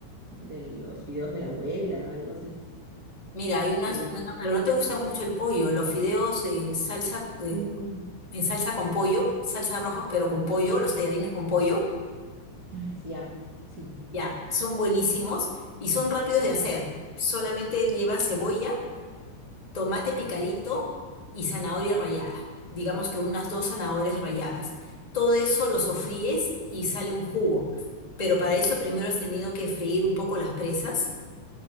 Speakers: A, on the right (about 90°); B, on the left (about 20°).
A: de los fideos de la abuela, algo así,
B: mira, hay unas,
A: que le
B: una- pero no te gusta mucho el pollo, los fideos en salsa, eh,
A: Mm,
B: en salsa con pollo, salsa roja, pero con pollo, los tallarines con pollo,
A: ah, sí, ya, sí,
B: ya, son buenísimos y son rápidos de hacer. Solamente lleva cebolla. tomate picadito y zanahoria rallada. Digamos que unas dos zanahorias ralladas. Todo eso lo sofríes y sale un jugo. Pero para eso primero has tenido que freír un poco las presas,